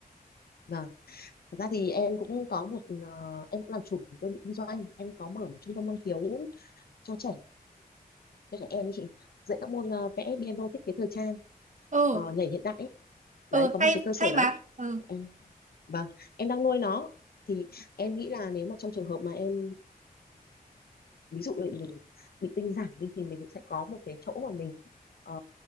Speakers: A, on the left; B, on the right.
A: vâng thật ra thì em cũng có một ờ, em cũng làm chủ một đơn vị kinh doanh em có mở một trung tâm năng khiếu cho trẻ cho trẻ em ấy chị dạy các môn ờ, vẽ piano thiết kế thời trang
B: ừ
A: ờ, nhảy hiện đại ấy.
B: ừ
A: đấy có
B: hay
A: một cái cơ
B: hay
A: sở đấy
B: mà ừ
A: em vâng em đang nuôi nó thì em nghĩ là nếu mà trong trường hợp mà em ví dụ là mình bị tinh giản đi thì mình sẽ có một cái chỗ mà mình ờ,